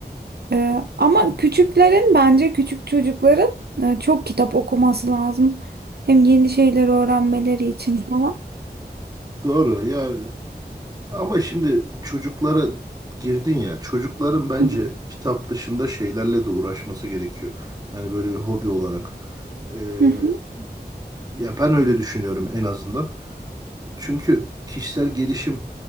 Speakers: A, on the right; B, on the right.
A: Ee, ama küçüklerin bence küçük çocukların e, çok kitap okuması lazım. Hem yeni şeyler öğrenmeleri için falan.
B: Doğru ya ama şimdi çocuklara girdin ya çocukların bence
A: Hı hı.
B: kitap dışında şeylerle de uğraşması gerekiyor. Yani böyle bir hobi olarak. Ee,
A: Hı hı.
B: ya ben öyle düşünüyorum en azından. Çünkü kişisel gelişim